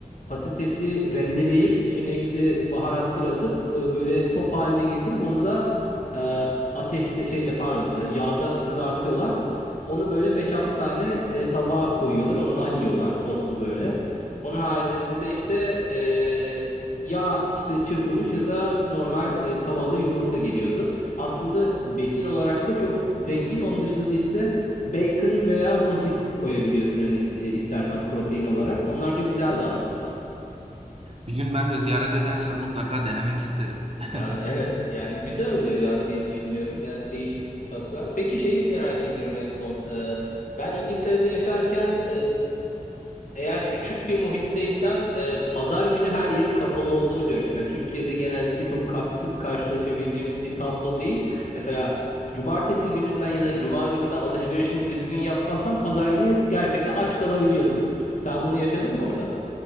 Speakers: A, on the left; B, on the right.
A: patatesi rendeleyip içine işte baharatlar atıp e, böyle top haline getirip onu da e, ateşte şeyde pardon e, yağda kızartıyorlar. Onu böyle beş 6 tane e, tabağa koyuyorlar. Ondan yiyorlar soslu böyle. Onun haricinde de işte e, ya işte çırpılmış ya da normal e, tavada yumurta geliyordu. Aslında besin olarak da çok zengin. Onun dışında da işte bacon veya sosis koyabiliyorsun hani e, istersen protein olarak. Onlar da güzeldi aslında.
B: Bir gün ben de ziyaret edersem mutlaka denemek isterim. <laughs>
A: Yani evet yani güzel oluyor ya diye düşünüyorum. Yani değişik mutfaklar. Peki şeyi merak ediyorum en son. E, ben İngiltere'de yaşarken Eğer küçük bir muhitteysem e, pazar günü her yerin kapalı olduğunu görmüşüm. Yani Türkiye'de genellikle çok ka- sık karşılaşabileceğimiz bir tablo değil. Mesela cumartesi gününden ya da cuma gününden alışverişini düzgün yapmazsan pazar günü gerçekten aç kalabiliyorsun. Sen bunu yaşadın mı orada?